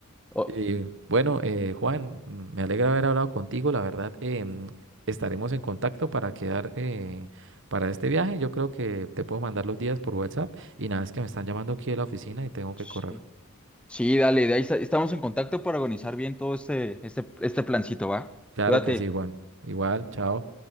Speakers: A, in the centre; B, on the right.
A: O-
B: Y bueno, eh, Juan, mm, me alegra haber hablado contigo. La verdad, eh, mm, estaremos en contacto para quedar eh, para este viaje. Yo creo que te puedo mandar los días por WhatsApp. Y nada, es que me están llamando aquí de la oficina y tengo que
A: sí.
B: correr.
A: Sí, dale, de ahí esta- estamos en contacto para organizar bien todo este, este, este plancito, ¿va?
B: Claro
A: Cuídate.
B: que sí, Juan. Igual, chao.